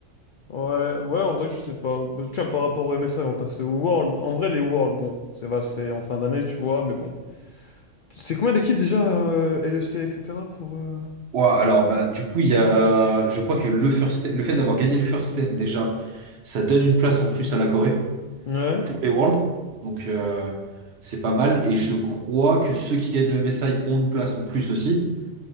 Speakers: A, on the left (about 65°); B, on the right (about 60°).
A: Ouais ouais en vrai je sais pas. Bah, tiens par rapport au MSI on va passer au World. En vrai les Worlds bon c'est va c'est en fin d'année tu vois mais bon. C'est combien d'équipes déjà euh, LEC etc pour euh,
B: Ouais, alors bah du coup il y a, je crois que le first, le fait d'avoir gagné le first ten déjà, ça donne une place en plus à la Corée
A: Ouais.
B: pour les Worlds, donc euh, c'est pas mal, et je crois que ceux qui gagnent le MSI ont une place en plus aussi.